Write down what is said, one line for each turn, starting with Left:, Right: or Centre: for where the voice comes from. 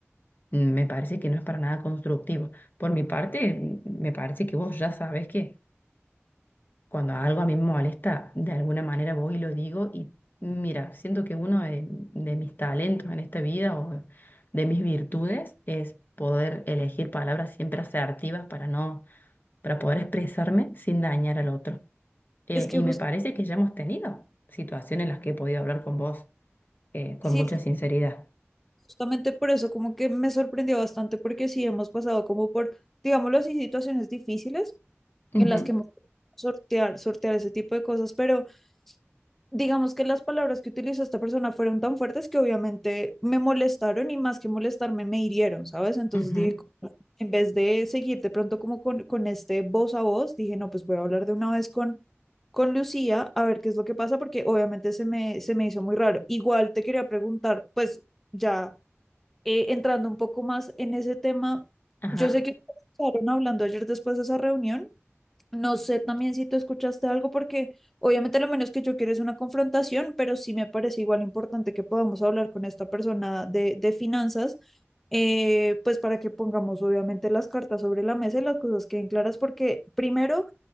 Left: mm, me parece que no es para nada constructivo. Por mi parte, mm, me parece que vos ya sabes que cuando algo a mí me molesta, de alguna manera voy y lo digo y mira, siento que uno de, de mis talentos en esta vida o de mis virtudes es poder elegir palabras siempre asertivas para no, para poder expresarme sin dañar al otro. Eh,
Centre: es que
Left: y
Centre: jus-
Left: me parece que ya hemos tenido situaciones en las que he podido hablar con vos eh, con
Centre: sí,
Left: mucha
Centre: es que
Left: sinceridad.
Centre: justamente por eso como que me sorprendió bastante porque sí hemos pasado como por, digámoslo así, situaciones difíciles
Left: Ujú,
Centre: en las que hemos tenido que sortear, sortear ese tipo de cosas, pero digamos que las palabras que utilizó esta persona fueron tan fuertes que obviamente me molestaron y más que molestarme me hirieron, ¿sabes? Entonces
Left: ujú.
Centre: dije, en vez de seguir de pronto como con, con este voz a voz, dije, no, pues voy a hablar de una vez con, con Lucía a ver qué es lo que pasa, porque obviamente se me, se me hizo muy raro. Igual te quería preguntar, pues ya eh, entrando un poco más en ese tema,
Left: Ajá.
Centre: yo sé que estaban hablando ayer después de esa reunión no sé también si tú escuchaste algo, porque obviamente lo menos que yo quiero es una confrontación, pero sí me parece igual importante que podamos hablar con esta persona de, de finanzas, eh, pues para que pongamos obviamente las cartas sobre la mesa y las cosas queden claras, porque primero,